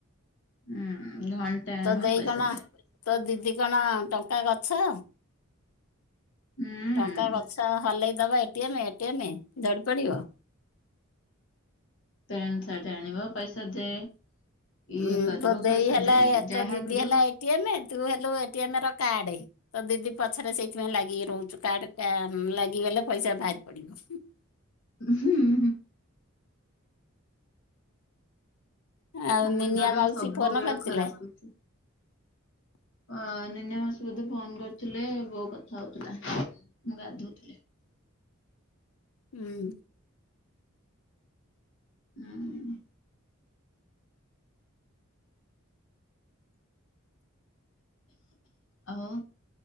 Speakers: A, on the left (about 60°); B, on the left (about 85°).
A: ହୁଁ। ଘଣ୍ଟା ଆଣିବ
B: ତୋ ଦେଇ
A: ପଇସା
B: କଣ
A: ଦେ
B: ତୋ ଦିଦି କଣ ଟଙ୍କା ଗଛ
A: ହୁଁ।
B: ଟଙ୍କା ଗଛ ହଲେଇ ଦବ A A T M A T M ଝଡ଼ିପଡିିବ?
A: ପ୍ୟାଣ୍ଟ ସାର୍ଟ ଆଣିବ ପଇସା ଦେ ଇଏ
B: ଉଁ
A: କରିବ
B: ତୋ ଦେଇ
A: ପଇସା
B: ହେଲା
A: ଦେ ଯାହା
B: ତୋ ଦିଦି
A: କରିବ
B: ହେଲା ଏ ଟି ଏମ୍ ତୁ ହେଲୁ ଏ ଟି ଏମ୍ ର କାର୍ଡେ ତ ଦିଦି ପଛରେ ସେଇଥିପାଇଁ ଲାଗିକି ରହୁଚୁ କାର୍ଡ ଟା ଲାଗିଗଲେ ପଇସା ବାହାରି ପଡିବ।
A: ହୁଁ ହୁଁ।
B: ଆଉ
A: ମୋ ମୁଣ୍ଡ
B: ନିନିଆ
A: ଟାକୁ
B: ମାଉସୀ
A: ସବୁବେଳେ
B: ଫୋନ କରିଥିଲା
A: ଖରାପ କରୁଚୁ। ଅ ନିନି ମାଉସୀ ବୋଧେ ଫୋନ କରିଥିଲେ ବୋଉ କଥା ହଉଥିଲା। ମୁଁ ଗାଧୋଉ ଥିଲି।
B: ହୁଁ।
A: ହୁଁ। ଆଉ